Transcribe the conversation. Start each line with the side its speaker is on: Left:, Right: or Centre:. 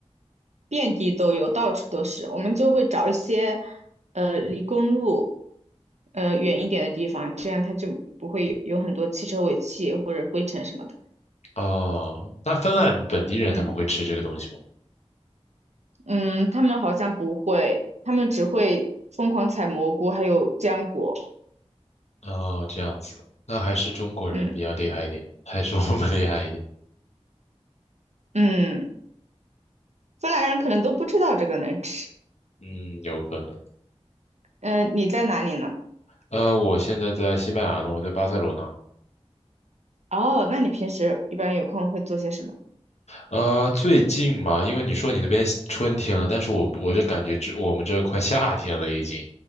Right: 遍地都有，到处都是。我们就会找一些，呃，离公路，呃，远一点的地方，这样它就不会有很多汽车尾气或者灰尘什么的。
Left: 哦，那芬兰人本地人他们会吃这个东西吗？
Right: 嗯嗯，他们好像不会，他们只会疯狂采蘑菇，还有浆果。
Left: 哦，这样子，那还是中国人比较厉害一点，
Right: 嗯
Left: 还是我们厉害一点？
Right: 嗯，芬兰人可能都不知道这个能吃。
Left: 嗯，有可能。
Right: 嗯、你在哪里呢？
Left: 呃，我现在在西班牙呢，我在巴塞罗那。
Right: 哦，那你平时一般有空会做些什么？
Left: 呃，最近嘛，因为你说你那边春天了，但是我我就感觉这我们这快夏天了已经。